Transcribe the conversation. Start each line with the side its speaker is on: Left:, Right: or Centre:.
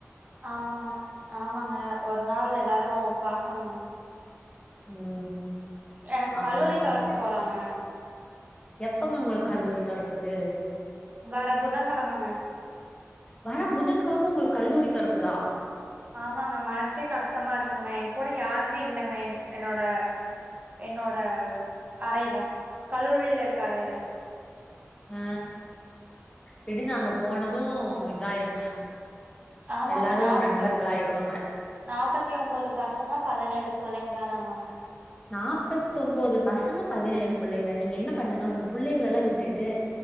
Right: ஆமாங்க ஆமாங்க ஒரு நாள் எல்லாரு பாக்கணும்ங்க
Left: ம்
Right: எனக்கு
Left: ஆமாங்க
Right: கல்லூரி
Left: ஆமாங்க
Right: தொறக்க போறாங்க
Left: எப்பங்க உங்களுக்கு கல்லூரி தொறக்குது
Right: வர புதன்கிழமைங்க
Left: வர புதன்கெழம உங்களுக்கு கல்லூரிக்கு தொறகுதா
Right: ஆமாங்க மனசே கஷ்டமா இருக்குங்க என் கூட யாருமே இல்லங்க என் என்னோட என்னோட அறைல கல்லூரியில இருக்க அறைல
Left: ஆ விடுங்க அங்க போனது இதாயிருங்க
Right: ஆமாங்க
Left: எல்லாரு
Right: நாப்பத்
Left: நண்பர்களாயிருவாங்க
Right: நாற்பத்தி ஒன்பது பசங்க பதினேழு புள்ளைங்க தான ஆமாங்க
Left: நாப்பத்த ஒன்பது பசங்க பதினேழு புள்ளைகள் தான் நீங்க என்ன பண்ணுங்க இந்த புள்ளைகள் எல்லாம் விட்டுட்டு